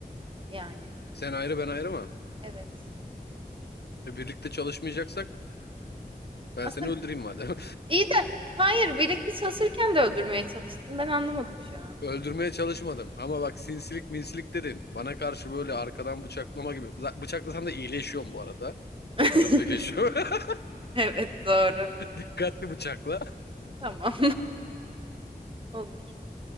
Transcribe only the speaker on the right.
yani.
Evet.
Aslında
iyi de hayır birlikte çalışırken de öldürmeye çalıştın. Ben anlamadım şu an.
<laughs>
Evet doğru.
Tamam. <laughs> Olur.